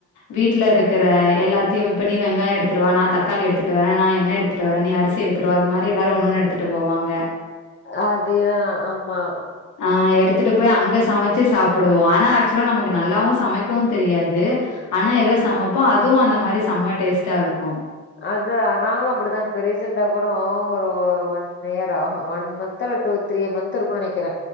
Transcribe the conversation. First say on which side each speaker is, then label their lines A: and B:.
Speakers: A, on the left; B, on the left.
A: வீட்ல இருக்கிற எல்லாத்யு இப்ப நீ வெங்காய எடுத்துருவா நா தக்காளி எடுத்துட்டு வர நா என்ன எடுத் ட்டு வர நீ அரிசி எடுத்துருவா அது மாரி எல்லாரு ஒன்னு ஒன்னு எடுத்துட்டு போவாங்
B: அதேதா ஆமா
A: ஆ எடுத்துட்டு போய் அங்க சமச்சு சாப்புடுவோ ஆனா ஆக்சுவலா நமக்கு நல்லாவு சமக்கவு தெரியாது ஆனா எதோ சமப்போ
B: ம்
A: அதுவு அந்த மாரி சம்ம டேஸ்ட்டா இருக்கு
B: அத நாங்களு அப்புடிதா இப்ப ரீசண்ட்டா கூடோ ஒரு ஒன் இயரா அவ ஒன் மன்த்தல டூ த்ரீ மன்த் இருக்குனு நனக்கிற